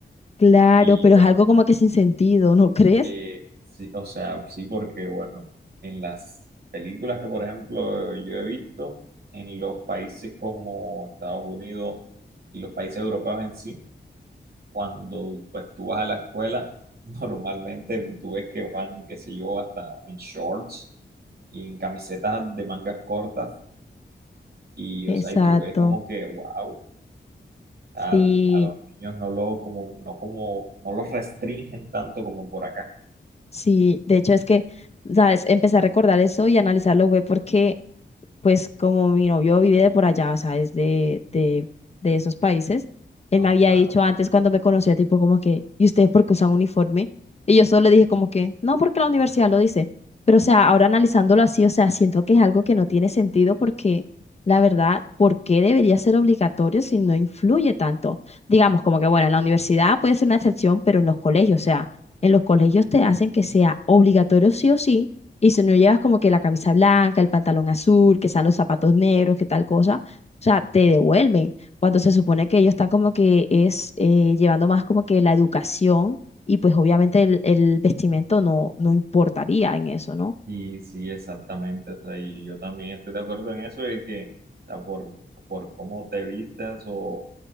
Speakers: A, on the left; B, on the right.
A: Claro,
B: Y
A: pero
B: bueno,
A: es algo como que sin sentido, ¿no crees?
B: eh, sí, o sea, sí, porque, bueno, en las películas que, por ejemplo, yo he visto, en los países como Estados Unidos y los países europeos en sí, cuando pues tú vas a la escuela, <laughs> normalmente tú ves que van, qué sé yo, hasta en shorts y en camisetas de mangas cortas y
A: Exacto.
B: o sea, y tú ves como que wow, al-
A: Sí,
B: a los niños no lo como no como no los restringen tanto como por acá.
A: sí. De hecho, es que, ¿sabes? Empecé a recordar eso y a analizarlo fue porque pues como mi novio vive de por allá, o sea, es de, de, de esos países, él
B: Ah,
A: me había
B: claro.
A: dicho antes cuando me conocía, tipo como que, ¿y ustedes por qué usan uniforme? Y yo solo le dije como que, no, porque la universidad lo dice. Pero, o sea, ahora analizándolo así, o sea, siento que es algo que no tiene sentido porque, la verdad, ¿por qué debería ser obligatorio si no influye tanto? Digamos, como que, bueno, en la universidad puede ser una excepción, pero en los colegios, o sea, en los colegios te hacen que sea obligatorio sí o sí y si no llevas como que la camisa blanca, el pantalón azul, que sean los zapatos negros, que tal cosa, o sea, te devuelven. Cuando se supone que ellos están como que es eh, llevando más como que la educación y pues obviamente el, el vestimento no, no importaría en eso, ¿no?
B: Sí, sí, exactamente. O sea, y yo también estoy de acuerdo en eso de que o sea, por por cómo te vistas o